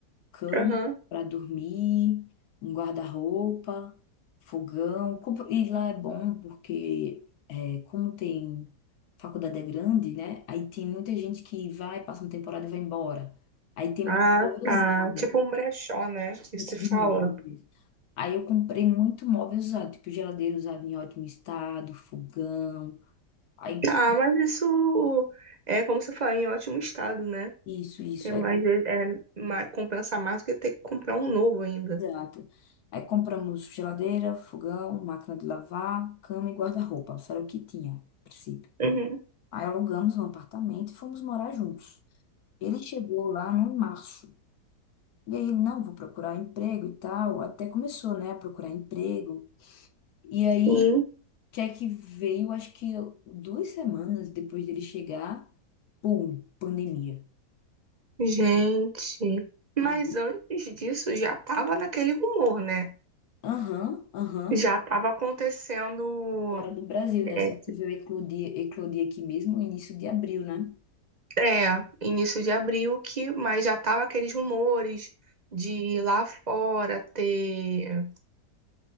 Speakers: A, on the left; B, on the right.
A: Cama
B: Aham.
A: para dormir, um guarda-roupa, fogão. Compro- E lá é bom porque, é, como tem faculdade é grande, né? Aí tem muita gente que vai, passa uma temporada e vai embora. Aí tem
B: Ah,
A: muito móvel
B: tá.
A: usado,
B: Tipo um brechó, né? Que
A: isso
B: se fala.
A: de móveis. Aí eu comprei muito móvel usado, tipo geladeira usada em ótimo estado, fogão. Aí
B: Ah, mas isso é como você fala, em ótimo estado, né?
A: isso, isso.
B: É mais,
A: Aí
B: é mais, compensa mais do que ter que comprar um novo ainda.
A: Exato. Aí compramos geladeira, fogão, máquina de lavar, cama e guarda-roupa. Só era o que tinha, a princípio.
B: Uhum,
A: Aí alugamos um apartamento e fomos morar juntos. Ele chegou lá no março. E aí, não, vou procurar emprego e tal. Até começou, né, a procurar emprego. E aí,
B: sim,
A: que é que veio, acho que duas semanas depois dele chegar, pum, pandemia.
B: gente. Mas
A: Ah,
B: antes disso já tava naquele rumor, né?
A: Aham, aham.
B: Já tava acontecendo,
A: Fora do Brasil, né?
B: é,
A: Só que veio eclodir, eclodir aqui mesmo, no início de abril, né?
B: é, início de abril que, mas já tava aqueles rumores de lá fora ter